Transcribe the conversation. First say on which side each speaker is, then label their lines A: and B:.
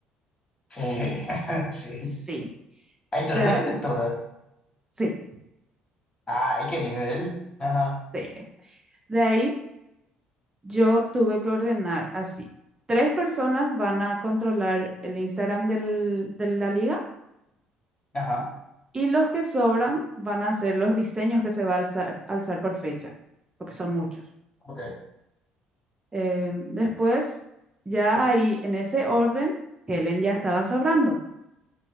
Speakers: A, on the left; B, on the right.
A: sí, <laughs> sí.
B: Sí,
A: Ay, tú
B: de-
A: eres la directora,
B: sí,
A: ay, qué nivel, ajá,
B: sí. De ahí... Yo tuve que ordenar así. Tres personas van a controlar el Instagram del- de la liga
A: ajá,
B: y los que sobran van a hacer los diseños que se va a alzar, alzar por fecha, porque son muchos.
A: ok,
B: Eh, después, ya ahí en ese orden, Helen ya estaba sobrando.